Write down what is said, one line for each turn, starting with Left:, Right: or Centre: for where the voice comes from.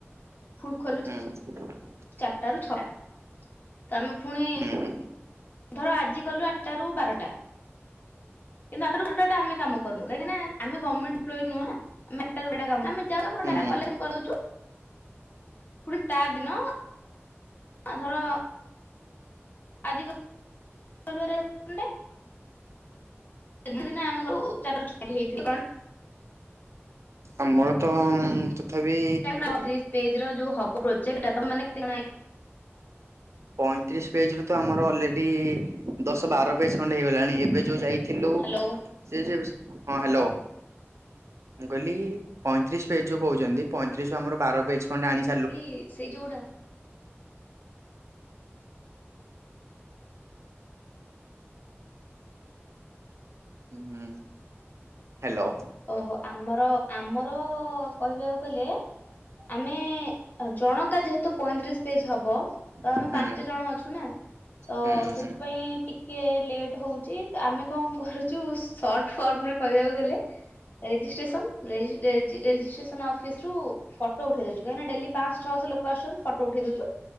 Left: ଫୁଣି ଖୋଲୁ
Right: ହୁଁ।
Left: ଚାରିଟା ରୁ ଛଟା ତ ଆମେ ଫୁଣି
Right: ହୁଁ।
Left: ଧର ଆଜି କଲୁ ଆଠଟ ରୁ ବାରଟା କିନ୍ତୁ ଆଠଟାରୁ ବାରଟା ଏଟା ଆମେ କାମ କରୁନୁ, କାହିଁକି ନା ଆମେ ଗମେଣ୍ଟ ଏମ୍ପ୍ଲୋୟୀ ନୁହଁ ନା? ଆମେ <unintelligible> ଆମେ ଯାଉଛୁ ଆମର
Right: ହୁଁ
Left: ଡାଟା କଲେକ୍ସନ କରିଦଉଛୁ। ଫୁଣି ତାର ଦିନ ଅ ଧର ଆଜି <unintelligible> ଏତେ ଦିନ ଆମର ଚାରିଟାରୁ ଛଟି ହେଇଥିବେ କଣ?
Right: ଆମର ତ ଉଁ ଯେତେ ତଥାବି
Left: <unintelligible> ପେଜ ର ଯଉ ହବ ପ୍ରୋଜେକ୍ଟ ଟା ତମେ ମାନେ <unintelligible>
Right: ପଇଁତିରିଶ ପେଜ ର ତ ଆମର ଅଲେଡି ଦଶ ବାର ପେଜ ଖଣ୍ଡେ ହେଇଗଲାଣି। ଏବେ ଯୋଉ ଯାଇ ଥିଲୁ
Left: ହ୍ୟାଲୋ
Right: ସେଜେବେ ସ ହଁ ହ୍ୟାଲୋ। ମୁଁ କହିଲି ପଇଁତିରିଶ ପେଜ ଯୋଉ କହୁଚନ୍ତି ପଇଁତିରିଶ ରୁ ଆମର ବାର ପେଜ ଖଣ୍ଡେ ଆଣି ସି
Left: ଲି ସେଇ ଯୋଉଡା
Right: ହୁଁ ହ୍ୟାଲୋ।
Left: ଓହୋ ଆମର ଆମର କହିବାକୁ ଗଲେ ଆମେ ଅ ଜଣକା ଯେହେତୁ ତ ପଇଁତିରିଶ ପେଜ ହବ ତ ଆମେ
Right: ହୁଁ
Left: ପାଞ୍ଚ ଜଣ ଅଛୁ ନା, ତ
Right: ହୁଁ ହୁଁ
Left: ସେଥିପାଇଁ
Right: ହୁଁ
Left: ଟି ଟିକେ ଲେଟ୍ ହଉଚି ତ ଆମେ କଣ କରୁଛୁ ସର୍ଟ ଫର୍ମ ରେ କହିବାକୁ ଗଲେ ରେଜିଷ୍ଟ୍ରେସନ ରେଜିଷ୍ଟ୍ରେସନ ଅଫିସ ରୁ ଫଟୋ ଉଠେଇ ଦଉଚୁ କାହିଁକି ନା ଡେଲି ପାଁଶହ ଛଅଶହ ଲୋକ ଆସଚନ୍ତି ଫଟୋ ଉଠେଇ ଦଉଚୁ